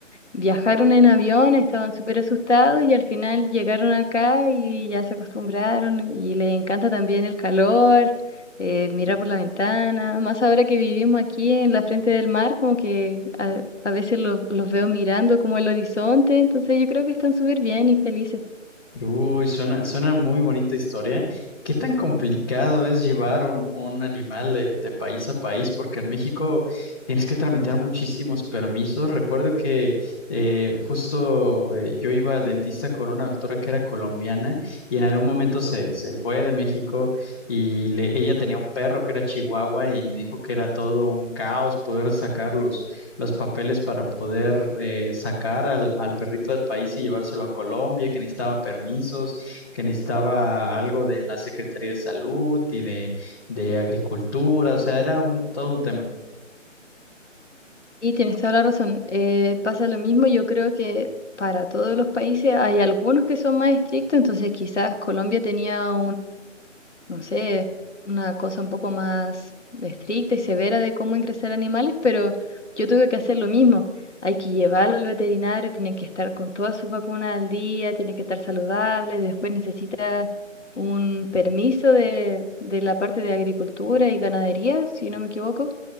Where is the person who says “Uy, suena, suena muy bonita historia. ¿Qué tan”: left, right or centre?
Left